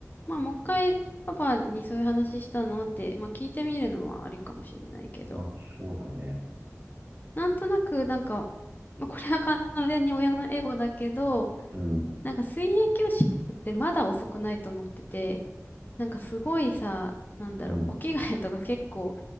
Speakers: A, on the left (about 35°); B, on the right (about 45°).
A: まあもう一回パパにそういう話したのって、まあ聞いてみるのはありかもしれないけど、
B: まあ、そうだね。
A: なんとなくなんか、まあこれは完全に親のエゴだけど、
B: うん、
A: なんか水泳教室ってまだ遅くないと思ってて、なんかすごいさ、なんだろう、
B: うん。
A: お着替えとか結構